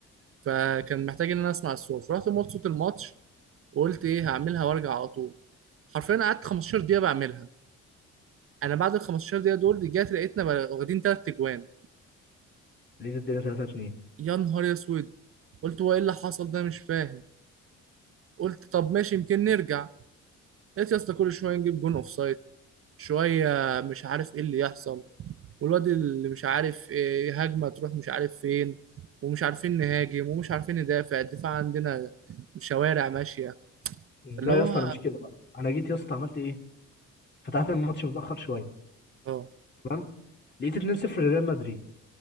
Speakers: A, on the right; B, on the left.
A: فكان محتاج ان انا اسمع الصوت رحت موت صوت الماتش وقلت ايه هعملها وارجع على طول حرفيا قعدت 15 دقيقه بعملها انا بعد ال 15 دقيقه دول رجعت لقيتنا بقى- واخدين تلات اجوان
B: لقيت الدنيا 3 2
A: يا نهار اسود قلت هو ايه اللي حصل ده مش فاهم قلت طب ماشي يمكن نرجع لقيت يا اسطى كل شويه نجيب جون اوف سايد شويه مش عارف ايه اللي يحصل والواد اللي مش عارف ايه هجمه تروح مش عارف فين ومش عارفين نهاجم ومش عارفين ندافع الدفاع عندنا شوارع ماشيه
B: لا
A: فاللي هو
B: يا اسطى انا مش كده بقى انا جيت يا اسطى عملت ايه فتحت الماتش متاخر شويه
A: اه
B: تمام لقيت 2 0 لريال مدريد